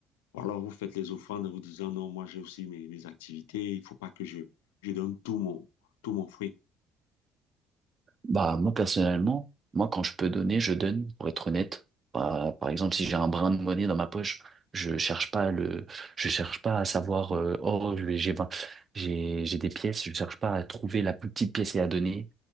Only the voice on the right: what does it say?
Bah, moi, personnellement, moi, quand je peux donner, je donne, pour être honnête. Bah, par exemple, si j'ai un brin de monnaie dans ma poche, je cherche pas le, je cherche pas à savoir, euh, oh, j'ai, j'ai vingt- j'ai j'ai des pièces, je cherche pas à trouver la plus petite pièce et à donner.